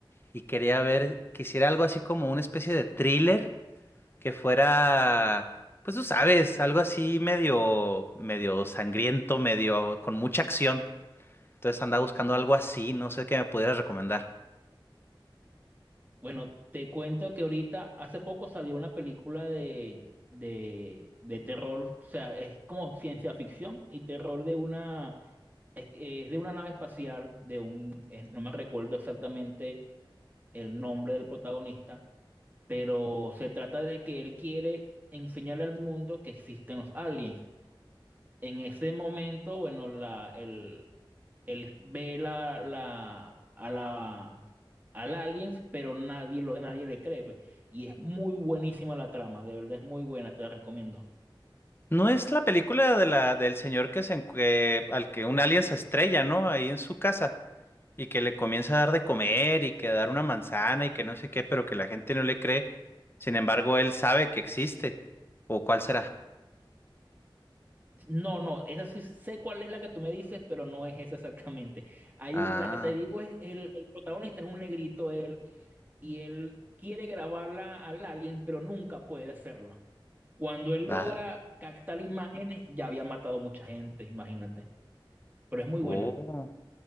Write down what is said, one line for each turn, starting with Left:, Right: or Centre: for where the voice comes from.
Left: y quería ver, quisiera algo así como una especie de thriller que fuera, pues tú sabes, algo así medio, medio sangriento, medio con mucha acción. Entonces andaba buscando algo así, no sé qué me pudieras recomendar.
Right: Bueno, te cuento que ahorita, hace poco salió una película de, de, de terror, o sea, es como ciencia ficción y terror de una, es, es de una nave espacial, de un, eh, no me recuerdo exactamente el nombre del protagonista, pero se trata de que él quiere enseñarle al mundo que existen los aliens. en ese momento, bueno, la, el, él ve la, la, a la, al alien, pero nadie, lo, nadie le cree. pues. Y es muy buenísima la trama, de verdad es muy buena, te la recomiendo.
Left: No es la película de la, del señor que se, en- que- al que un alien se estrella, ¿no? Ahí en su casa. Y que le comienza a dar de comer y que a dar una manzana y que no sé qué, pero que la gente no le cree. Sin embargo, él sabe que existe. ¿O cuál será?
Right: No, no, esa sí sé cuál es la que tú me dices, pero no es esa exactamente. Hay
Left: Ah,
Right: un, la que te digo es el, el protagonista es un negrito, él, y él quiere grabarla al alien, pero nunca puede hacerlo. Cuando él
Left: valga.
Right: logra captar imágenes, ya había matado mucha gente, imagínate. pero es muy
Left: Oh.
Right: buena.